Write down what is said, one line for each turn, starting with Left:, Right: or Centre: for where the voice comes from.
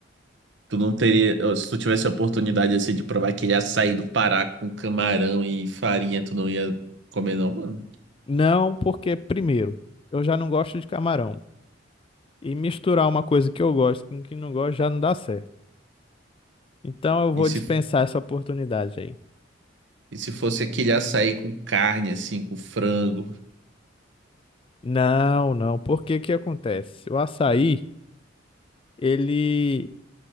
Right: tu não teria, ó, se tu tivesse a oportunidade assim de provar aquele açaí do Pará com camarão e farinha, tu não ia comer não, mano.
Left: Não, porque, primeiro, eu já não gosto de camarão. E misturar uma coisa que eu gosto com que não gosto já não dá certo. Então eu vou
Right: E se
Left: dispensar essa oportunidade aí.
Right: E se fosse aquele açaí com carne, assim, com frango.
Left: Não, não, porque o que acontece? O açaí, ele